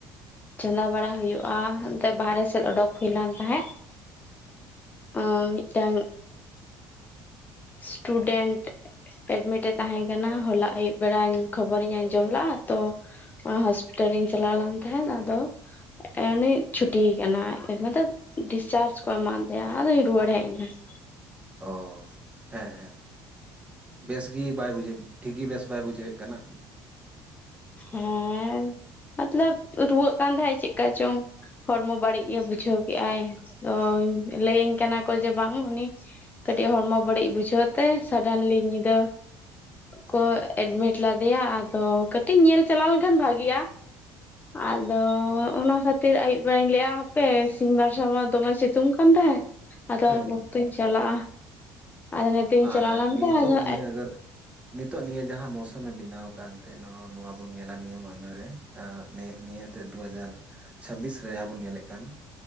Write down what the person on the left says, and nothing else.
ᱪᱚᱸᱫᱟ ᱵᱟᱲᱟ ᱦᱩᱭᱩᱜᱼᱟ᱾ ᱚᱱᱛᱮ ᱵᱟᱦᱨᱮ ᱥᱮᱫ ᱚᱰᱩᱠ ᱦᱩᱭ ᱞᱮᱱ ᱛᱟᱦᱮᱸᱫ᱾ ᱚ ᱢᱤᱫᱴᱟᱹᱝ ᱥᱴᱩᱰᱮᱱᱴ᱾ ᱮᱰᱢᱤᱴ ᱮ ᱛᱟᱦᱮᱸ ᱠᱟᱱᱟ ᱦᱚᱞᱟ ᱟᱭᱩᱵ ᱵᱮᱲᱟᱧ ᱠᱷᱚᱵᱚᱨᱤᱧ ᱟᱸᱡᱚᱢ ᱞᱮᱫᱟᱜᱼᱟ ᱛᱚ, ᱦᱚᱥᱯᱤᱴᱟᱞ ᱨᱤᱧ ᱪᱟᱞᱟᱣ ᱞᱮᱱ ᱛᱟᱦᱮᱸᱫ ᱟᱫᱚ ᱩᱱᱤ ᱪᱷᱩᱴᱤᱭ ᱠᱟᱱᱟ ᱢᱮᱱ ᱰᱤᱥᱪᱟᱨᱡᱽ ᱠᱚ ᱮᱢᱟᱫᱮᱭᱟ ᱟᱫᱚᱧ ᱨᱩᱣᱟᱹᱲ ᱦᱮᱡ ᱮᱱᱟ ᱾
ᱦᱮᱸ ᱢᱚᱛᱞᱚᱵ ᱨᱩᱣᱟᱹᱜ ᱠᱟᱱ ᱛᱟᱦᱮᱸᱜ ᱪᱮᱫᱠᱟ ᱪᱚᱝ? ᱦᱚᱲᱢᱚ ᱵᱟᱹᱲᱤᱡ ᱜᱮ ᱵᱩᱡᱷᱟᱹᱣ ᱠᱮᱫᱟᱭ ᱛᱚ ᱞᱟᱹᱭᱟᱹᱧ ᱠᱟᱱᱟ ᱠᱚ ᱡᱮ ᱵᱟᱝ ᱩᱱᱤ ᱠᱟᱹᱴᱤᱡ ᱦᱚᱲᱢᱚ ᱵᱟᱹᱲᱤᱡ ᱵᱩᱡᱷᱟᱹᱣ ᱛᱮ ᱥᱟᱰᱮᱱᱞᱤ ᱧᱤᱫᱟᱹ ᱠᱚ ᱮᱰᱢᱤᱴ ᱞᱮᱫᱮᱭᱟ ᱟᱫᱚ ᱠᱟᱹᱴ ᱴᱤᱡ ᱧᱮᱞ ᱪᱟᱞᱟᱣ ᱞᱮᱱᱠᱷᱟᱱ ᱵᱷᱟᱜᱤᱜᱼᱟ ᱟᱫᱚ ᱚᱱᱟ ᱠᱷᱟᱹᱛ ᱛᱤᱨ ᱟᱹᱭᱩᱵ ᱵᱮᱲᱟᱧ ᱞᱟᱹᱭᱮᱫᱼᱟ ᱦᱟᱯᱮ ᱥᱤᱧ ᱢᱟᱨᱥᱟᱞ ᱢᱟ ᱫᱚᱢᱮ ᱥᱤᱛᱩᱝ ᱠᱟᱱ ᱛᱟᱦᱮᱸᱫ, ᱟᱫᱚ
ᱩᱱ
ᱚᱠᱛᱚᱧ ᱪᱟᱞᱟᱜᱼᱟ᱾ ᱟᱫᱚ ᱱᱤᱛᱚᱜ ᱤᱧ ᱪᱟᱞᱟᱣ
ᱞᱮᱱ
ᱛᱮ ᱟᱫᱚ